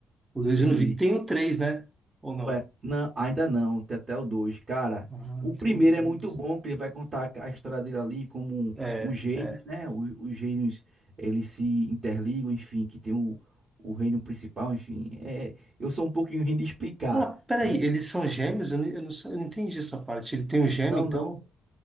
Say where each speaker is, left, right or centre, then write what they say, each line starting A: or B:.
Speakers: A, on the right; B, on the right.
A: O dois
B: Entendi.
A: eu não vi. Tem o três, né? Ou não?
B: Ué, não, ainda não, tem até o dois Cara,
A: Ah,
B: o primeiro
A: tem o dois.
B: é muito bom, que ele vai contar a história dele ali, como
A: É,
B: os gênios,
A: é.
B: né? Os, os gênios, eles se interligam, enfim, que tem o, o reino principal, enfim. É, eu sou um pouquinho ruim de explicar,
A: Ah, peraí,
B: né?
A: eles são gêmeos? Eu não, eu não, sei- eu não entendi essa parte. Ele tem um gêmeo,
B: Não,
A: então.
B: não.